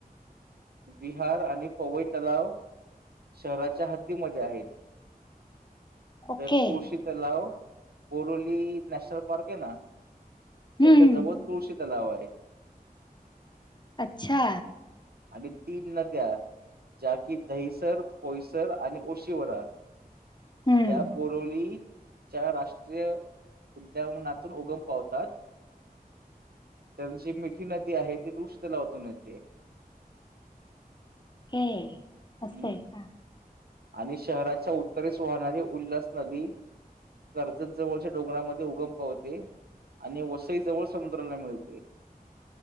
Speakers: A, on the right; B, on the left.
A: विहार आणि पवई तलाव शहराच्या हद्दीमध्ये आहेत.
B: ओके
A: तर तुळशीच लाव बोरोली नॅशनल पार्क ये ना त्याच्या
B: हम्म
A: जवळ तुळशी तलाव आहे.
B: अच्छा
A: आणि तीन नद्या ज्या कि दहिसर, पोईसर आणि ओशिवरा
B: हम्म
A: या बोरोवली च्या राष्ट्रीय उद्याउनातून उगम पावतात. त्या दिशेन एक मिठी नदी आहे. ती तुळशी तलावातून येते.
B: हे. असं
A: हम्म.
B: आहे का
A: आणि शहराच्या उत्तरेस वाहणारी उल्हास नदी कर्जत जवळच्या डोंगरामध्ये, उगम पावते. आणि वसई जवळ, समुद्राला मिळते.